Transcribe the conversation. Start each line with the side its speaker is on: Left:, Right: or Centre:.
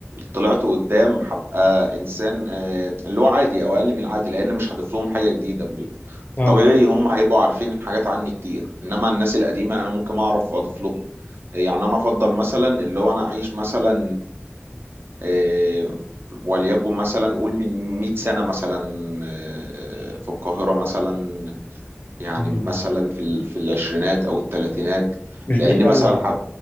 Right: طلعت قدام هبقى انسان آه، اللي هو عادي او اقل من العادي لان مش هضيف لهم حاجه جديده ب-
Left: امم
Right: طبيعي هم هيبقوا عارفين حاجات عني كتير انما الناس القديمه انا ممكن اعرف اضيف لهم يعني انا افضل مثلا اللي هو انا اعيش مثلا آه، وليكن مثلا قول من 100 سنة مثلا آه، في القاهرة مثلا يعني
Left: مم.
Right: مثلا في ال- في العشرينات أو الثلاثينات
Left: مش
Right: لأن
Left: بعيد قوي
Right: مثلا
Left: يعني
Right: حب-